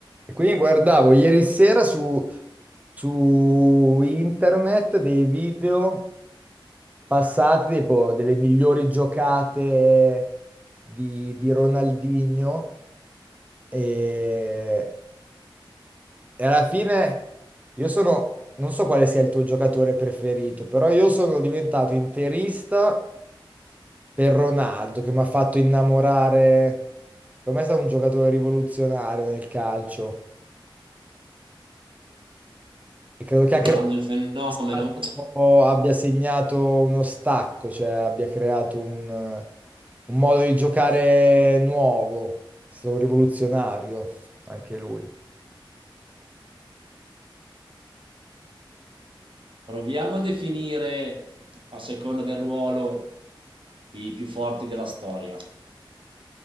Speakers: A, on the right (about 15°); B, on the right (about 70°).
A: E quindi guardavo ieri sera su, su internet dei video passati tipo, delle migliori giocate di, di Ronaldinho e, e alla fine io sono, non so quale sia il tuo giocatore preferito, però io sono diventato interista per Ronaldo che mi ha fatto innamorare, per me è stato un giocatore rivoluzionario nel calcio. E credo che
B: Provando
A: anche
B: il fenomeno,
A: stato- abbia segnato uno stacco, cioè abbia creato un, un modo di giocare nuovo. È stato un rivoluzionario anche lui.
B: proviamo a definire, a seconda del ruolo, i più forti della storia.